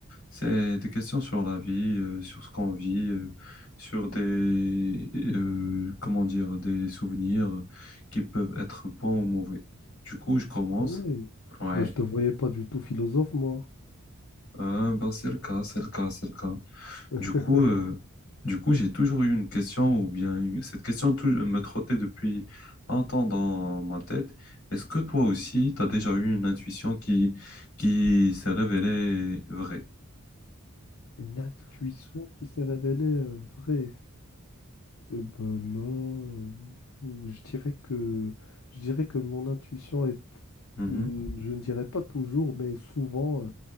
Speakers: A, on the left; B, on the left.
A: c'est des questions sur la vie, euh, sur ce qu'on vit, euh, sur des, euh, comment dire, des souvenirs qui peuvent être bons ou mauvais. Du coup, je commence.
B: Ah ouais.
A: Ouais,
B: Ben, je te voyais pas du tout philosophe, moi.
A: Euh, ben, c'est le cas, c'est le cas, c'est le cas.
B: <laughs>
A: Du coup, euh, du coup, j'ai toujours eu une question, ou bien eu- cette question tou- me trottait depuis longtemps dans ma tête. Est-ce que toi aussi, tu as déjà eu une intuition qui, qui s'est révélée vraie?
B: Une intuition qui s'est révélée euh, vraie. Euh, ben là, euh, ou- je dirais que, je dirais que mon intuition est,
A: Mhm.
B: mm, je ne dirais pas toujours, mais souvent, euh,